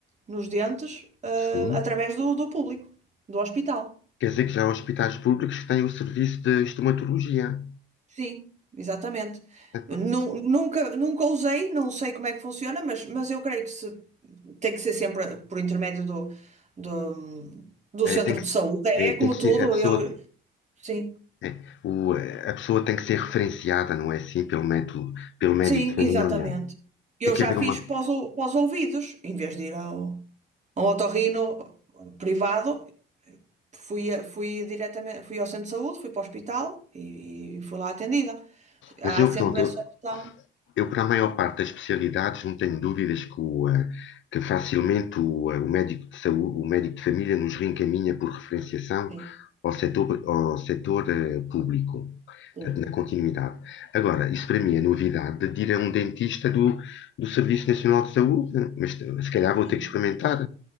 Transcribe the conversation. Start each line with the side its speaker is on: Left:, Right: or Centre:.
Right: nos dentes, ah,
Left: Sim,
Right: através do, do público, do hospital.
Left: quer dizer que já há hospitais públicos que têm o serviço de estomatologia.
Right: Sim, exatamente.
Left: Epá,
Right: Nu- Nunca, nunca usei, não sei como é que funciona, mas, mas eu creio que se, tem que ser sempre por intermédio do, do, do
Left: É,
Right: centro
Left: tem que,
Right: de saúde. É
Left: é, tem
Right: como
Left: que ser,
Right: tudo,
Left: a pessoa,
Right: eu, sim,
Left: é, o, a pessoa tem que ser referenciada, não é assim, pelo médico, pelo médico
Right: sim,
Left: de família.
Right: exatamente. Eu
Left: Tem que
Right: já
Left: haver
Right: fiz
Left: uma.
Right: pós, o- pós ouvidos, em vez de ir ao, ao otorrino privado, fui, a- fui diretamente, fui ao centro de saúde, fui para o hospital e, e fui lá atendida. Porque Há
Left: Mas eu,
Right: sempre
Left: pronto,
Right: essa
Left: eu,
Right: opção,
Left: eu para a maior parte das especialidades não tenho dúvidas que, o, eh, que facilmente o, eh, o médico de saúde, o médico de família nos reencaminha por referenciação
Right: sim,
Left: ao setor, ao setor eh, público,
Right: público,
Left: portanto, na continuidade. Agora, isso para mim é novidade de ir a um dentista do, do Serviço Nacional de Saúde, mas se calhar vou
Right: né?
Left: ter que experimentar.